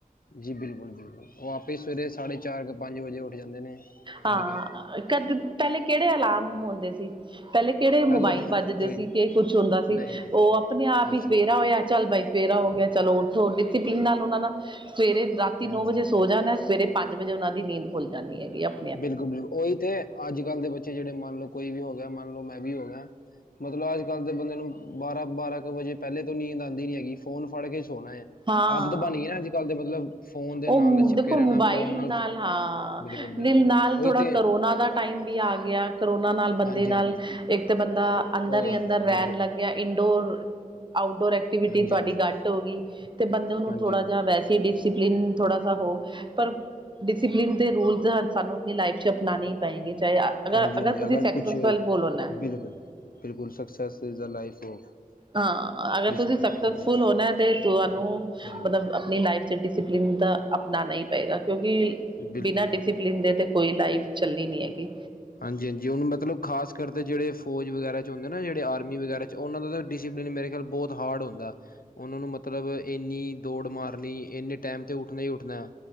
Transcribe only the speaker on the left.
ਜੀ ਬਿਲਕੁਲ-ਬਿਲਕੁਲ ਉਹ ਆਪੇ ਸਵੇਰੇ ਸਾਢੇ ਚਾਰ ਕੁ ਪੰਜ ਵਜੇ ਉੱਠ ਜਾਂਦੇ ਨੇ।
ਤੜਕੇ
ਪਹਿਲੇ ਤਾਂ
ਕੋਈ
ਨੀ
ਨਹੀਂ ਨਹੀਂ
ਕੁਛ
ਨਹੀਂ
ਹਾਂਜੀ
ਹਾਂਜੀ
ਬਿਲਕੁਲ-ਬਿਲਕੁਲ ਉਹੀ ਤੇ ਅੱਜ ਕੱਲ ਦੇ ਬੱਚੇ ਜਿਹੜੇ ਮੰਨ ਲਓ ਕੋਈ ਵੀ ਹੋ ਗਿਆ ਮੰਨ ਲਓ ਮੈਂ ਵੀ ਹੋਗਿਆ। ਮਤਲਬ ਅੱਜ ਕੱਲ੍ਹ ਦੇ ਬੰਦੇ ਨੂੰ ਬਾਰਾਂ-ਬਾਰਾਂ ਕੁ ਵਜੇ ਪਹਿਲੇ ਤੋਂ ਨੀਂਦ ਆਉਂਦੀ ਨੀ ਹੈਗੀ ਫੋਨ ਫੜ ਕੇ ਸੋਣਾ ਹੈ।
ਆਦਤ ਬਣ ਗਈ ਨਾ ਅੱਜ ਕੱਲ੍ਹ ਤੇ ਮਤਲਬ ਫੋਨ ਦੇ
ਨਾਲ ਚਿਪਕੇ
ਰਹਿਣਾ
ਫੋਨ
ਬਿਲਕੁਲ ਬਿਲਕੁਲ
ਉਹੀ
ਤੇ
ਹਾਂਜੀ
ਹਾਂਜੀ
ਉਹ
ਬਿਲਕੁਲ
ਹਾਂਜੀ
ਹਾਂਜੀ ਹਾਂਜੀ
ਹਾਂਜੀ
ਹਾਂਜੀ
ਹਾਂਜੀ
ਕੁਛ
ਬਿਲਕੁਲ ਜੀ। ਬਿਲਕੁਲ success is the life of
ਡਿਸਪਲਿਨ
ਹਾਂਜੀ
ਬਿਲਕੁਲ
ਬਿਲਕੁਲ
ਬਿਲਕੁਲ
ਹਾਂਜੀ-ਹਾਂਜੀ ਉਹਨ ਮਤਲਬ ਖ਼ਾਸ ਕਰਕੇ ਜਿਹੜੇ ਫੌਜ ਵਗੈਰਾ ਚਚ ਹੁੰਦੇ ਨਾ ਜਿਹੜੇ ਆਰਮੀ ਵਗੈਰਾ ਚ ਉਹਨਾਂ ਦਾ ਤਾ ਡਿਸਿਪਲਿਨ ਮੇਰੇ ਖਿਆਲ ਬੌਤ ਹਾਰਡ ਹੁੰਦਾ। ਉਹਨਾਂ ਨੂੰ ਮਤਲਬ ਇੰਨੀ ਦੌੜ ਮਾਰਨੀ ਇੰਨੇ ਟਾਈਮ ਤੇ ਉੱਠਣਾ ਹੀ ਉੱਠਣਾ।